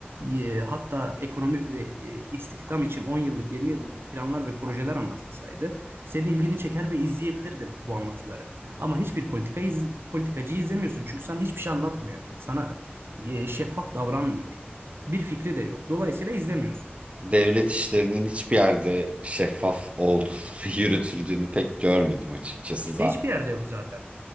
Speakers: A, on the right (about 70°); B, on the right (about 30°).
A: e, hatta ekonomi ve e, istihdam için 10 yıllık, 20 yıllık planlar ve projeler anlatılsaydı senin ilgini çeker ve izleyebilirdin bu anlatıları. Ama hiçbir politika iz, politikacıyı izlemiyorsun çünkü sana hiçbir şey anlatmıyor. Sana e, şeffaf davranmıyor. Bir fikri de yok. Dolayısıyla izlemiyorsun.
B: Devlet işlerinin hiçbir yerde şeffaf olduğunu, <laughs> yürütüldüğünü pek görmedim açıkçası
A: İşte hiçbir yerde yok zaten.